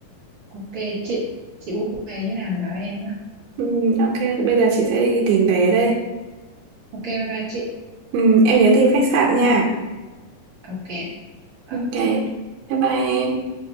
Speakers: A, on the right (about 55°); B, on the right (about 80°).
A: ok chị chị book vé như nào thì báo em nhá
B: Ừ, ok, thì bây giờ chị sẽ đi tìm vé đây.
A: ok bye bye chị
B: Ừm, em nhớ tìm khách sạn nha.
A: ok
B: Ok,
A: ok
B: bye bye em.